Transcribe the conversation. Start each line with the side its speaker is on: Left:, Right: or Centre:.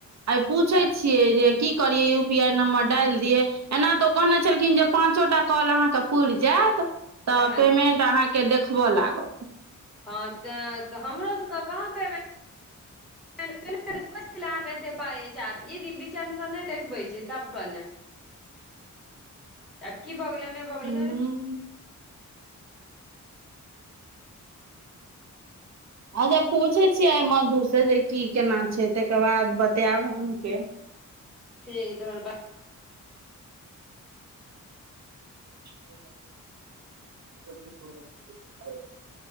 Right: आ पूछै
Centre: तऽ
Right: छियै जे की करियै यू पी आई नं्बर डालि दियै एना तऽ ओ कहने छलखिन जे पाँचो टा कल अहाँके पूुरि जायत तऽ
Centre: तखन
Right: पेमेंट अहाँके देखबय लागत
Centre: हँ ते तऽ हमरो सबके कहाँ पे <unintelligible> अहाँके एते पाइ आब ईी विचनसँ नहि देखबै छी सबके ने आब की बगल ने बगल
Right: हूँ अच्छा पूछे छियै मधुर से जे की केना छै तकर बाद बतायब अहूँके
Centre: ठीक धनवाद
Right: <unintelligible>